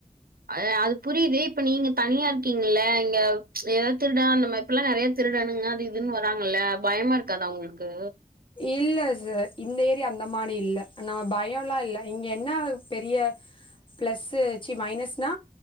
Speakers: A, on the right; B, on the left.
A: அ அது புரியுது இப்ப நீங்க தனியா இருக்கிங்கள்ள இங்க எதாவுது திருட அந்த மாரி இப்பெல்லா நெறைய திருடனுங்க அது இதுன்னு வராங்கல்ல பயமா இருக்காதா உங்களுக்கு
B: இல்ல ச இந்த ஏரியா அந்த மாரி இல்ல நம்ம பயல்லா இல்ல இங்க என்ன பெரிய ப்ளஸ்ஸு ச்சி மைனஸ்னா